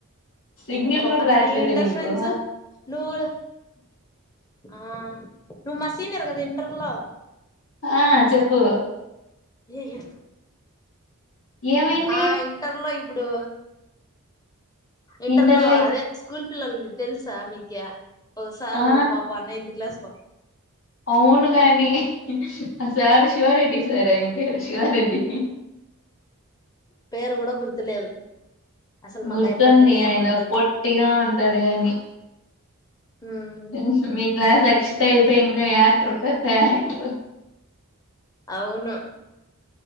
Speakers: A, on the left; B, on the left.
A: సిగ్నల్
B: అంతే కోమల
A: కూడా రాట్లేదు
B: మీ ఇంటర్
A: నీకు
B: ఫ్రెండ్స్ నువ్వు ఆ నువ్వు మా సీనియర్ కదా ఇంటర్లో
A: ఆ చెప్పు
B: ఏ ఎహ్
A: ఏమైంది
B: ఆ ఇంటర్ లో ఇప్ ఇప్పుడు ఇంటర్
A: ఇంటర్లో
B: లో అదే స్కూల్ పిల్లలంది తెలుసా మీకి ఓక సారు
A: ఆ
B: ఒక పాపా నైన్త్ క్లాస్ పక్
A: అవును గాని ఆ సార్ శివారెడ్డి సార్ ఆయన పేరు శివారెడ్డి
B: పేరు కూడా గుర్తులేదు అసలు
A: గుర్తుంది
B: మాకు అయప్పంటేనే
A: ఆయన
B: పడ్డదు
A: పొట్టిగా ఉంటాడు గాని
B: ఉమ్
A: టెన్త్ మీ క్లాస్ అక్షిత అయితే ఇంకా యాక్టర్ పెద్ద యాక్టర్
B: అవును